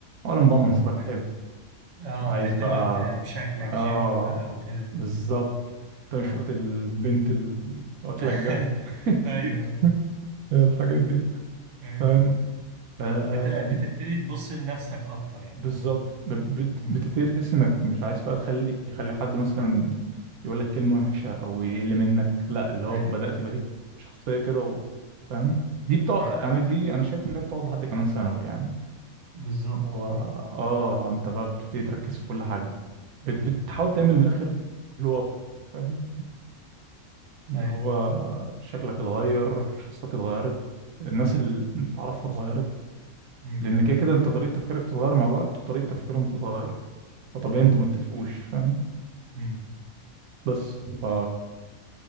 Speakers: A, on the right; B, on the right.
A: اولا بقى منظرك حلو
B: اه
A: عايز
B: تهتم
A: بقى
B: بت- بشكلك
A: اه
B: جيم بقى وكده
A: بالظبط تشقط
B: اه
A: البنت اللي واكله
B: <laughs>
A: الجو
B: ايوه
A: <laughs> الحاجات دي
B: ايوه
A: فاهم آم،
B: بت... بتبتدي تبص لنفسك اكتر يعني
A: بالظبط ب- بت-
B: امم
A: بتبتدي تحس انك مش عايز بقى تخلي يخلي حد مثلا يقول لك كلمه وحشه او يقل منك لا اللي
B: ايوه
A: هو بدات يبقى ليك شخصيه كده و- فاهم
B: اه
A: دي بتقعد
B: ايوه
A: انا دي انا شايف ان هي بتقعد لحد كمان ثانوي يعني
B: بالظبط
A: اللي هو
B: اه
A: اه انت بقى بتبتدي تركز في كل حاجة بت-
B: امم
A: بتحاول تعمل من الآخر بلو اب فاهم اللي
B: ايوه
A: هو شكلك اتغير شخصيتك اتغيرت الناس اللي
B: امم
A: انت تعرفها اتغيرت
B: أمم.
A: لأن كده كده انت طريقة تفكيرك بتتغير مع الوقت وطريقة تفكيرهم بتتغير فطبيعي
B: ايوه
A: انتوا متفقوش فاهم
B: امم
A: بس ف